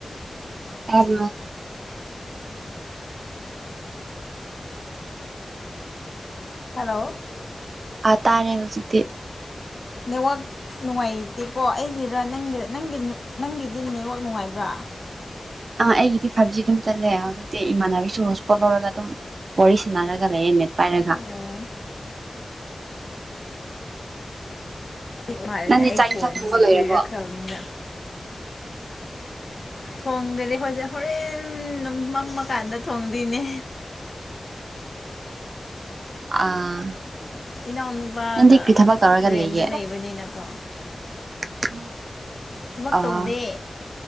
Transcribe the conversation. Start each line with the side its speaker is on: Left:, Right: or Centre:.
Right: ꯇꯥꯕ꯭ꯔꯣ
Left: ꯍꯜꯂꯣ
Right: ꯑꯥ ꯇꯥꯔꯦ ꯍꯧꯖꯤꯛꯇꯤ
Left: ꯅꯦꯠꯋꯥꯛ ꯅꯨꯡꯉꯥꯏꯇꯦꯀꯣ ꯑꯩꯒꯤꯔ ꯅꯪꯒꯤꯔ ꯅꯪꯒꯤ ꯅꯪꯒꯤꯗꯤ ꯅꯦꯠꯋꯥꯛ ꯅꯨꯡꯉꯥꯏꯕ꯭ꯔꯥ
Right: ꯑꯥ ꯑꯩꯒꯤꯗꯤ ꯐꯥꯏꯚ ꯖꯤ ꯑꯗꯨꯝ ꯆꯠꯂꯦ ꯍꯧꯖꯤꯛꯇꯤ ꯏꯃꯥꯟꯅꯕꯤꯁꯨ ꯍꯣꯁꯄꯣꯠ ꯂꯧꯔꯒ ꯑꯗꯨꯝ ꯋꯥꯔꯤ ꯁꯥꯟꯅꯔꯒ ꯂꯩꯌꯦ ꯅꯦꯠ ꯄꯥꯏꯔꯒ
Left: ꯑꯣ ꯍꯤ ꯃꯥꯜꯂꯦꯅꯦ
Right: ꯅꯪꯗꯤ
Left: ꯑꯩ
Right: ꯆꯥꯛ
Left: ꯐꯣꯟꯁꯤꯁꯨ
Right: ꯏꯟꯁꯥꯡ ꯊꯣꯡꯕ ꯂꯣꯏꯔꯕꯣ
Left: ꯀꯨꯏꯔꯛꯈ꯭ꯔꯕꯅꯤꯅ ꯊꯣꯡꯗ꯭ꯔꯤ ꯍꯣꯏꯁꯦ ꯍꯣꯔꯦꯟ ꯅꯨꯡ ꯃꯝꯃꯀꯥꯟꯗ ꯊꯣꯡꯗꯣꯏꯅꯦ
Right: ꯑꯥ
Left: ꯏꯅꯥꯎꯅꯨꯄꯥꯒ
Right: ꯅꯪꯗꯤ ꯀꯔꯤ ꯊꯕꯛ ꯇꯧꯔꯒ
Left: ꯔꯦꯟꯠꯇ
Right: ꯂꯩꯒꯦ
Left: ꯂꯩꯕꯅꯤꯅꯀꯣ
Right: <inaudible>
Left: ꯊꯕꯛ
Right: ꯑꯥ
Left: ꯇꯧꯗꯦ